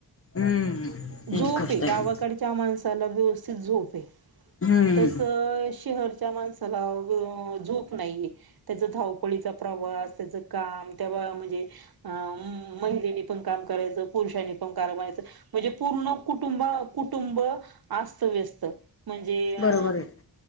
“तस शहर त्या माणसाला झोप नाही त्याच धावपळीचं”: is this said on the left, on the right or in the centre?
Right